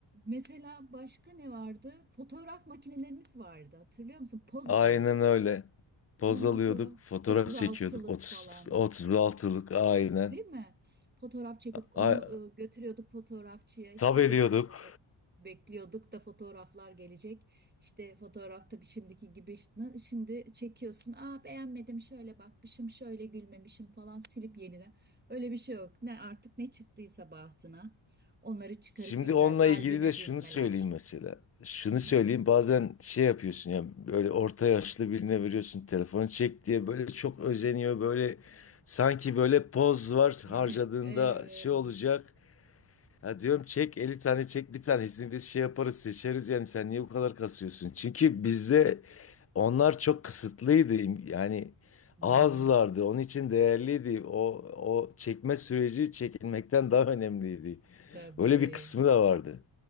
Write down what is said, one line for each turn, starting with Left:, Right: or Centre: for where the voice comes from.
Right: mesela başka ne vardı? Fotoğraf makinelerimiz vardı hatırlıyor musun?
Left: <laughs>
Right: Poz
Left: Aynen
Right: alıyorduk.
Left: öyle. Poz
Right: Ondan
Left: alıyorduk,
Right: sonra
Left: fotoğraf
Right: 36'lık
Left: çekiyorduk. 30,
Right: falan.
Left: 36'lık aynen.
Right: Değil mi? Fotoğraf çekiyorduk. Onu
Left: Ay,
Right: e, götürüyorduk fotoğrafçıya. işte
Left: tab ediyorduk.
Right: bekliyorduk. Bekliyorduk da fotoğraflar gelecek. İşte fotoğraf tabii şimdiki gibi işte- şimdi çekiyorsun. Aa beğenmedim şöyle bakmışım şöyle gülmemişim falan silip yenile. Öyle bir şey yok. Ne artık ne çıktıysa bahtına. Onları çıkarıp
Left: Şimdi
Right: bir güzel
Left: onunla
Right: albüme
Left: ilgili de şunu
Right: dizmeler.
Left: söyleyeyim mesela. Şunu
Right: Hmm.
Left: söyleyeyim bazen şey yapıyorsun ya böyle orta yaşlı birine veriyorsun telefonu çek diye böyle çok özeniyor böyle sanki böyle poz var
Right: <laughs>
Left: harcadığında
Right: Evet.
Left: şey olacak. Ya diyorum çek 50 tane çek bir tanesini biz şey yaparız seçeriz yani sen niye bu kadar kasıyorsun? Çünkü bizde onlar çok kısıtlıydı yani
Right: Hmm,
Left: azlardı onun için değerliydi o, o çekme süreci çekilmekten daha önemliydi.
Right: tabii.
Left: Öyle bir kısmı da vardı.